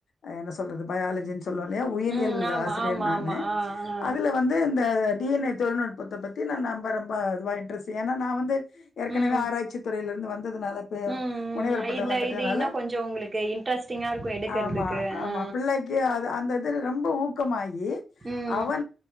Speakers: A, on the left (about 80°); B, on the right (about 40°).
A: ஆஹ் என்ன சொல்றது பயாலஜன்ஸ் சொல்ல இல்லையா உயிரியல்
B: ம் ஆமா
A: ஆசிரியர்
B: ஆமா
A: நானு
B: ஆமா ஆ ஆ
A: அதுல வந்து இந்த டி என்ன் ஏ தொழநுற் ப பத்தி நான ம்ப ரொம்ப அதுவ இன்ட்ரஸ்ட் ஏனா நா வந்து ஏற்கனவே
B: ம்
A: ஆர்ச்சி துறையில வ வந்து ரதுனால பே அவ
B: ம் ம்
A: முனைவரப்பட்டாம்னால
B: இந்த இது இன்னு கொஞ்சோ உங்களுக்கு இன்ட்ரெஸ்ட்டிங்கா இருக்கு எடுக்கறதுக்கு
A: ஆமா ஆமா
B: ஆ
A: பிள்ளைக்கு அந்த ரொம்ப ஊக்கமாகி
B: ம்
A: அவ